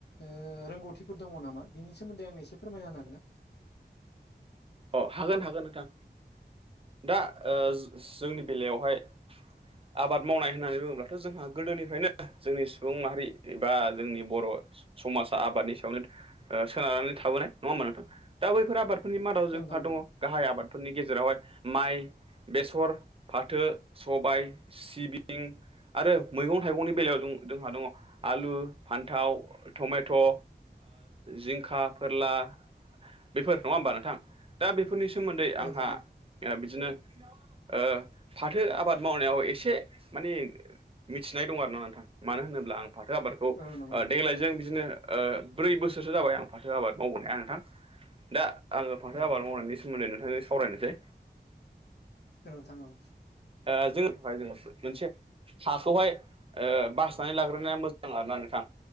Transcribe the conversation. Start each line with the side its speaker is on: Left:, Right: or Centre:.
Left: ओ रोंगौथिफोर दङ नामा बिनि सोमोन्दै आंनो एसे फोरमायना होनो हागोन ना?
Right: अ हागोन हागोन नोंथां दा ओ जो जोंनि बेलायावहाय
Left: <unintelligible>
Right: आबाद मावनाय होननानै बुङोब्लाथ' जोंहा गोदोनिफ्रायनो जोंनि सुबुं माहारि एबा जोंनि बर' समाजा आबादनि सायावनो ओ सोनारनानै थाबोनाय नङा होमा नोंथां दा बैफोर आबादफोरनि मादाव जों
Left: औ नोंथां औ
Right: गाहाय आबादफोरनि गेजेरावहाय माइ, बेसर, फाथो, सबाइ सिबिं आरो मैगं थाइगंनि बेलायाव जों दोंहा दङ आलु, फान्थाव, टमेट' ओ जिंखा, फोरला बेफोर नङा होमबा नोंथां दा बेफोरनि सोमोन्दै
Left: औ
Right: आंहा
Left: नोंथां औ
Right: ओ बिदिनो ओ फाथो आबाद मावनायाव एसे माने मिथिनाय दं आरो ना नोथाङ। मानो होनोब्ला आं फाथो आबादखौ
Left: औ नंगौ नोंथां
Right: देग्लायजों बिदिनो ओ ब्रै बोसोरसो जाबाय आं फाथो आबाद मावबोनाया नोंथां दा आङो फा
Left: औ नोंथां औ
Right: नायनि सोमोन्दै नोंथांजों सावरायनोसै।
Left: औ नोंथां। औ
Right: ओ जोङो दहाय जोङो मोनसे हाखौहाय ओ बासनानै लाग्रोनाया मोजां आरोना नोंथां।